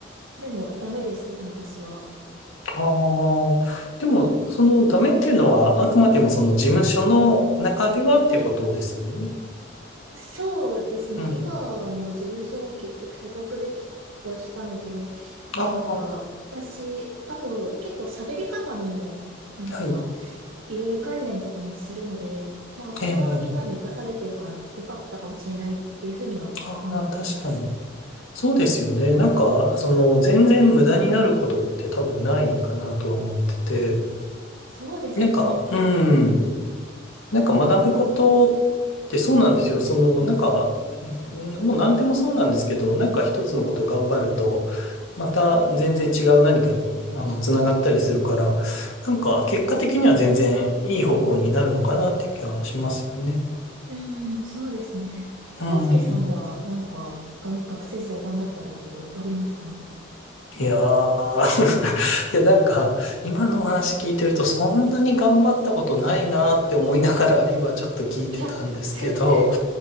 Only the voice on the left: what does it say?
ああー、でも、そのダメっていうのは、あくまでもその事務所の中ではっていうことですもんね。
うん。
ああ、
はい。
ええ、ええああ、確かに。そうですよね。なんか、その、全然無駄になることって多分ないかなとは思ってて、
なんか、うん、なんか学ぶことってそうなんですよ。
その、なんか、うんもう何でもそうなんですけど、なんか一つのこと頑張ると、また全然違う何かに、あの、つながったりするから、なんか結果的には全然いい方向になるのかなっていう気はしますよね。
うん。
いやー <laughs> いや、なんか、今のお話聞いてると、そんなに頑張ったことないなーって思いながら、今ちょっと聞いてたんですけど、